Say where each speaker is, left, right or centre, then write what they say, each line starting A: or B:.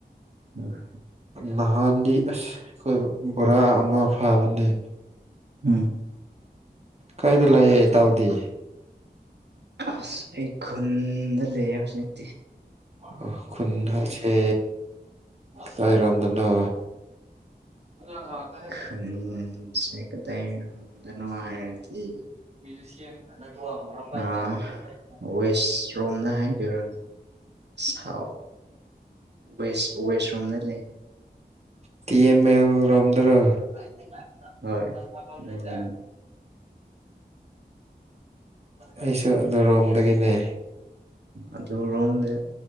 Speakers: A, on the right (about 80°); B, on the right (about 40°).
A: <inaudible>
B: ꯅꯍꯥꯟꯗꯤ ꯑꯁ ꯑꯩꯈꯣꯏ ꯕꯣꯔꯥ ꯑꯃ ꯐꯥꯕꯅꯦ
A: ꯎꯝ
B: ꯀꯥꯏꯗ ꯂꯩꯥꯛꯑꯦ ꯏꯇꯥꯎꯗꯤ
A: ꯑꯁ ꯑꯩ ꯈꯨꯟꯗ ꯂꯩꯌꯦ ꯍꯧꯖꯤꯛ
B: ꯑ ꯈꯨꯨꯟꯗ ꯍꯥꯁꯦ ꯅꫭꯏꯔꯣꯝꯗꯅꯣ <unintelligible>
A: <unintelligible> ꯍꯥꯏꯔꯗꯤ
B: <unintelligible>
A: ꯑꯥ ꯋꯦꯁ ꯔꯣꯝꯅ ꯍꯥꯏꯗꫭꯏꯔ ꯁꯥꯎꯠ ꯋꯦꯁ ꯋꯦꯁ ꯔꯣꯝꯅ ꯂꯩ
B: ꯇꯤ ꯑꯦꯝ ꯑꯦꯜ ꯂꫭꯝꯗꯔ <unintelligible>
A: ꯍꯣꯏ ꯑꯗꯨꯔꯣꯝ
B: ꯑꯩꯁꯨ ꯑꯗꯨ ꯔꯣꯝꯗꯒꯤꯅꯦ
A: ꯑꯗꯨ ꯔꯣꯝꯗ